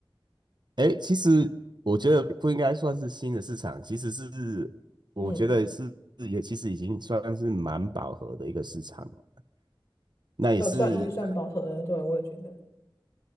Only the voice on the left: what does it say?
嗯，
呃，算已经算保守了，对，我也觉得，